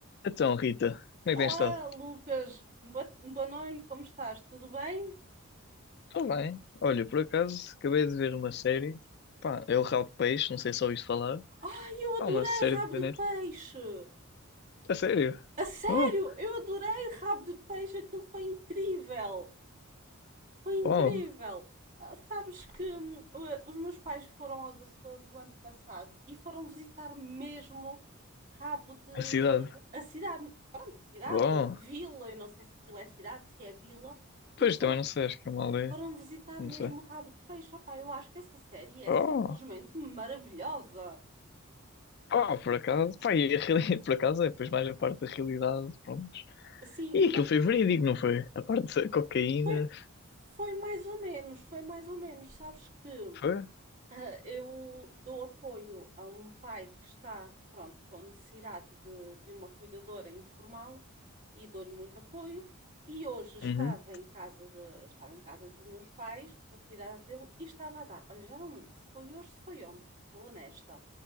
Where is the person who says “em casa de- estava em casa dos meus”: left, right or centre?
Right